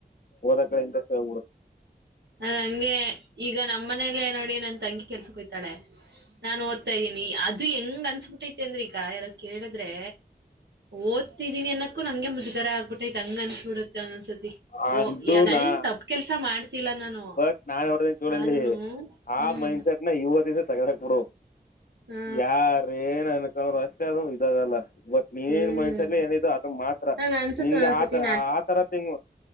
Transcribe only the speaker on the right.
ಅದ ಹಂಗೆ ಈಗ ನಮ್ಮ ಮನೇಲ್ಲ ನೋಡಿ ನನ್ ತಂಗಿ ಕೆಲ್ಸಕ್ಕೆೋಯ್ತಾಳೆ ನಾನು ಓದ್ತಾ ಇದೀನಿ ಅದು ಇದು ಹೆಂಗ್ ಅನ್ನಿಸಿಬಿಟೈತೆ ಅಂದ್ರೆ ಈಗ ಯಾರ ಕೇಳಿದ್ರೆ ಓದ್ತಿದೀನಿ ಅನಕ್ಕೂ ನಂಗೆ ಮುಜಗರ ಆಗ್ಬಿಟ್ಟೈತ್ ಹಂಗ ಅನ್ನಿಸಬಿಡುತೆ ಒಂದೊಂದು ಸರಿ
ಓದ್ ನಾನು
ಏನು ತಪ್ಪು ಕೆಲಸ ಮಾಡ್ತಿಲ್ಲ ನಾನು
ಆದ್ನು
ಹ್ಮ್
ಹಾ
ಹ್ಮ್
ಹಂಗ ಅನ್ಸತ್
ಒಂದೊಂದ್ಸತಿ